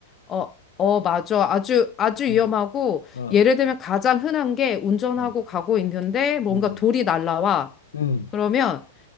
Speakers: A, on the left (about 25°); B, on the left (about 75°).
A: 어, 어, 맞아. 아주, 아주 위험하고,
B: 어, 어,
A: 예를 들면 가장 흔한 게 운전하고
B: 어,
A: 가고 있는데 뭔가
B: 음,
A: 돌이 날라와.
B: 음,
A: 그러면